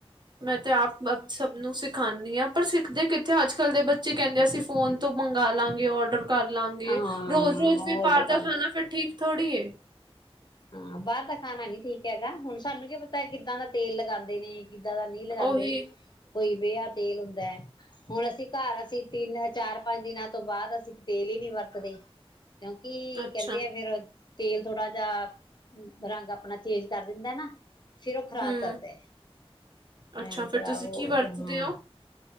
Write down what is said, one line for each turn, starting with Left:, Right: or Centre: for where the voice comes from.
Right: ਮੈਂ ਤੇ ਆਪ ਸਭ ਨੂੰ ਸਿਖਾਉਂਦੀ ਹਾਂ। ਪਰ ਸਿੱਖਦੇ ਕਿੱਥੇ, ਅੱਜ ਕੱਲ੍ਹ ਦੇ ਬੱਚੇ ਕਹਿੰਦੇ, ਅਸੀਂ ਫੋਨ ਤੋਂ ਮੰਗਾ ਲਵਾਂਗੇ ਔਡਰ ਕਰ ਲਾਂਗੇ
Left: ਹਾਂ
Right: ਰੋਜ਼ ਰੋਜ਼ ਵੀ
Left: ਔਡਰ
Right: ਬਾਹਰ
Left: ਕਰ
Right: ਦਾ
Left: ਲੈ
Right: ਖਾਣਾ ਫੇਰ ਠੀਕ ਥੋੜੀ ਏ।
Left: ਹਾਂ, ਬਾਹਰ ਦਾ ਖਾਣਾ ਨੀ ਠੀਕ ਹੈਗਾ, ਹੁਣ ਸਾਨੂੰ ਕੀ ਪਤਾ ਕਿੱਦਾਂ ਦਾ ਤੇਲ ਲਗਾਉਂਦੇ ਨੇ ਜਿਆਦਾ ਨਹੀਂ ਲਗਾਉਂਦੇ।
Right: ਉਹੀ
Left: ਕੋਈ ਬੇਹਾ ਤੇਲ ਹੁੰਦਾ ਹੈ, ਹੁਣ ਅਸੀਂ ਘਰ ਅਸੀਂ ਤਿੰਨ ਚਾਰ ਪੰਜ ਦਿਨਾਂ ਤੋਂ ਬਾਅਦ ਅਸੀਂ ਤੇਲ ਹੀ ਨਹੀਂ ਵਰਤਦੇ। ਕਿਉਂਕਿ
Right: ਅੱਛਾ,
Left: ਕਹਿੰਦੇ ਆ, ਫੇਰ ਤੇਲ ਥੋੜਾ ਜਿਹਾ ਰੰਗ ਆਪਣਾ ਚੇਂਜ ਕਰ ਦਿੰਦਾ ਨਾ। ਫੇਰ ਉਹ ਖ਼ਰਾਬ
Right: ਹੂੰ,
Left: ਕਰਦੇ,
Right: ਅੱਛਾ
Left: ਰੰਗ
Right: ਫਿਰ
Left: ਖ਼ਰਾਬ
Right: ਤੁਸੀਂ
Left: ਹੋ
Right: ਕੀ ਵਰਤਦੇ
Left: ਤੇ ਹਾਂ
Right: ਓ?